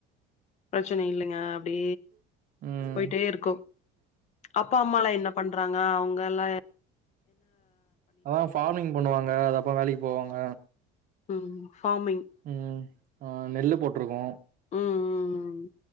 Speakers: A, on the left; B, on the right.
A: பிரச்சன இல்லைங்க அப்டி
B: ம்
A: போயிட்டேருக்கும் அப்பா அம்மாலா என்ன பண்றாங்க அவங்க எல்லா
B: அதான் ஃபார்மிங் பண்ணுவாங்க அது அப்ப வேலைக்கு போவாங்க
A: ம் ஃபார்மிங்
B: ம் ஆ நெல்லு போட்ருக்கோ
A: ம் ம் ம்